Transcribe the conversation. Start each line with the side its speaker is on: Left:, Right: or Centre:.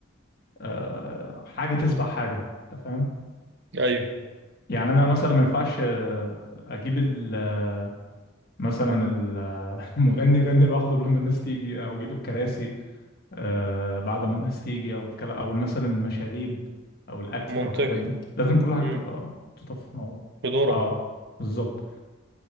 Left: آه، حاجه تسبق حاجه أنت فاهم
Right: ايوه
Left: يعني انا مثلا ما ينفعش آه، اجيب ال <laughs> آه، مثلا ال- آه، <laughs> المغني يغني لوحده قبل ما الناس تيجي او اجيب الكراسي آه، بعد ما الناس تيجي او الكلا او مثلا المشاريب او الاكل
Right: منطقي
Left: او الحاجات دي لازم كل حاجه
Right: امم
Left: تبقى محطوطه في مو
Right: بدورها
Left: اه بالظبط